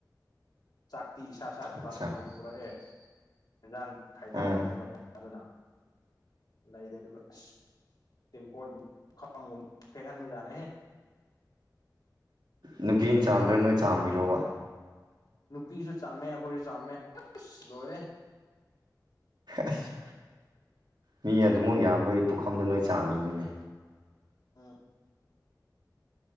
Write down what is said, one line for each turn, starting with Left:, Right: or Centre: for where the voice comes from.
Left: ꯆꯥꯛꯇꯤ ꯏꯁꯥ ꯏꯁꯥ ꯄꯨꯔꯥꯅ
Right: ꯑꯠꯆꯥ
Left: ꯄꯨꯔꯛꯑꯦ ꯌꯦꯟꯖꯥꯡ ꯈꯥꯏꯅꯔꯛꯄꯅꯦꯕ
Right: ꯎꯝ
Left: <unintelligible> ꯂꯩꯔꯦ ꯑꯗꯨꯒ ꯑꯁ <unintelligible> ꯐꯦꯡꯍꯟꯕꯖꯥꯠꯅꯦꯍꯦ
Right: ꯅꯨꯄꯤꯅꯥ ꯆꯥꯝꯗ꯭ꯔꯥ
Left: ꯖꯥꯠ ꯖꯥꯠ
Right: ꯅꯣꯏ ꯆꯥꯝꯃꯤꯔꯣꯕ
Left: ꯅꯨꯄꯤꯁꯨ ꯆꯥꯝꯃꯦ ꯑꯈꯣꯏꯁꯨ ꯆꯥꯝꯃꯦ ꯑꯁ ꯂꯣꯏꯔꯦ
Right: ꯑꯁ ꯃꯤ ꯑꯗꯨꯃꯛ ꯌꯥꯝꯕꯒꯤ ꯄꯨꯈꯝꯗꯣ ꯅꯣꯏ ꯆꯥꯝꯃꯤꯅꯤꯅꯦ
Left: ꯑꯝ